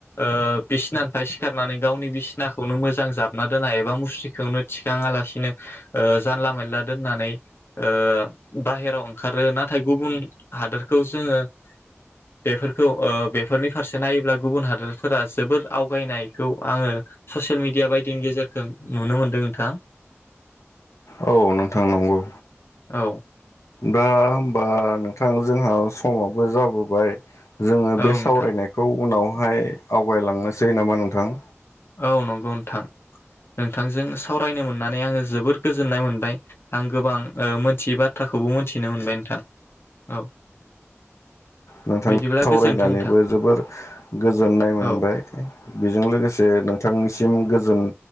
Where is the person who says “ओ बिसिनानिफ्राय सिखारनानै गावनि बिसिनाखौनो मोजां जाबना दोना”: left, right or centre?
Left